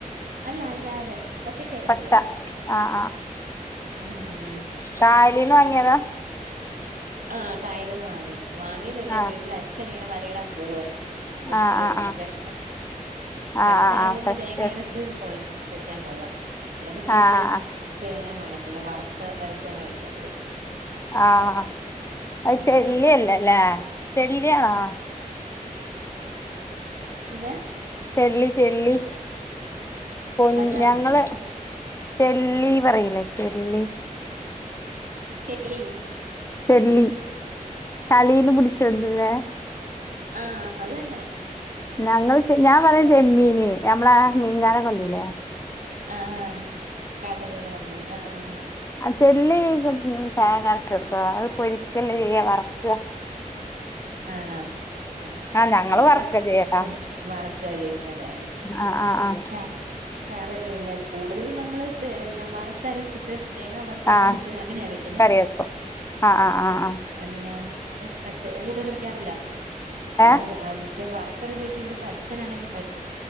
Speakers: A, on the right (about 70°); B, on the left (about 20°).
A: അല്ല അല്ലാതെ പച്ചക്കരച്ച്
B: പച്ച
A: കറി വച്ച്
B: ആഹ്
A: ഉം ഉം
B: കയലീന്ന് വങ്ങിയതാ?
A: ആഹ് കായല് ന്ന് വാങ്ങിയത് വാങ്ങിയതെല്ലാ
B: ആഹ്
A: വീട്ടില് അച്ഛൻ ഇങ്ങനെ വലയിടാൻ പോവായിരുന്നു. അപ്പൊ
B: ആഹ്
A: പുള്ളി
B: ആഹ്
A: കൊണ്ടന്ന്
B: ആഹ്
A: ഫ്രഷാ. ഫ്രഷ്
B: ആഹ്
A: ആയതൊണ്ട്
B: ആഹ് ആഹ് ഫസ്റ്റ്
A: തേങ്ങ അരച്ച് കൊഴ വെക്കാൻ കൊള്ളാം. അല്ലെങ്കിൽ പിന്നെ
B: ആഹ്
A: തേങ്ങാ കൊള്ളത്തില്ല വറുത്ത അരച്ച തന്നെ വെക്കേണ്ടി വരും
B: ആഹ് അത്
A: ഉം
B: ചെല്ലിയല്ലേ അല്ലേ ചെല്ലിയണോ?
A: ഇല്ലാ
B: ചെല്ലി ചെല്ലി കൊ
A: വലുതാണോന്നോ
B: ഞങ്ങളേ ചെള്ളി പറയിലേ ചെള്ളി
A: ശെളി
B: ചല്ലി ചളിയിന്ന് പുടിച്ച് കൊണ്ട് ര്ണെ.
A: ആഹ് അതന്നെ
B: ഞങ്ങൾ ഞാൻ പറിം ചെമ്മീന് മ്മള മീൻകാരൻ കൊണ്ടുരൂലേ?
A: ആഹ് അഹ് കടലിനെ കൊണ്ട് ആഹ് ആഹ്
B: ആ ചെള്ളി തേങ്ങ അരച്ച വെക്കോ? അത് പൊരിക്കല്ല ചെയ്യ വറക്ക
A: ആണോ? ആ
B: ആഹ് ഞങ്ങള്
A: നമുക്ക്
B: വറക്കാ ചെയ്യാട്ടാ
A: വറക്ക ചെയ്യുന്നല്ലേ.
B: ആഹ് ആഹ് ആഹ്
A: <unintelligible> കറി കൂടുതലും നമ്മള്തേ വറുത്തരച്ചിട്ട് തേങ്ങാ വറ തരച്ചിട്ട്
B: ആഹ്
A: അങ്ങനെയാ വെക്കുന്നത്.
B: കറി വെക്കും ആഹ് ആഹ് ആഹ്
A: എന്നാ പക്ഷേ കൂടുതല വക്കാറില്ല അവ
B: ഏഹ്
A: പക്ഷെ വർത്തര ച്ചവച്ച് ഇവിടുത്തെ അഛനാണെങ്കിൽ പ